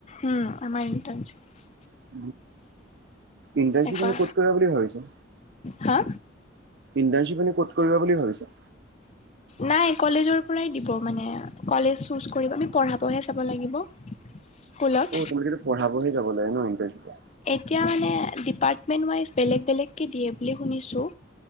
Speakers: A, on the left (about 35°); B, on the right (about 65°).
A: উম আমা ইণ্টাৰ্ণশ্বিপ।
B: <unintelligible> ইন্টাৰ্ণশ্বিপ
A: এনেকুৱা
B: ক'ত কৰা বুলি ভাবিছা?
A: হা
B: ইণ্টাৰ্ণশ্বিপ এনে ক'ত কৰিবা বুলি ভাবিছা?
A: নাই কলেজৰ পৰাই দিব মানে কলেজ চোজ কৰিব আমি পঢ়াবহে চাব লাগিব। স্কুলত।
B: অ তোমালোকেটো পঢ়াবহে যাব লাগে ন ইণ্টাৰ্ণশ্বিপ
A: তিয়া মানে ডিপাৰ্টমেণ্ট ৱাইজ বেলেগ বেলেগকে দিয়ে বুলি শুনিছোঁ।